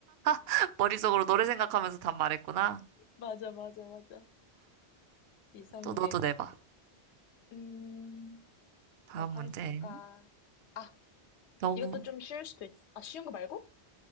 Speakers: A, on the right (about 70°); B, on the left (about 80°).
A: <laughs> 머릿속으로 노래 생각하면서 답 말했구나.
B: 맞아, 맞아, 맞아. 이성계.
A: 또 너도 내봐.
B: 음,
A: 다음
B: 뭐가
A: 문제.
B: 있을까? 아,
A: 너무
B: 이것도 좀 쉬울 수도 있, 아, 쉬운 거 말고?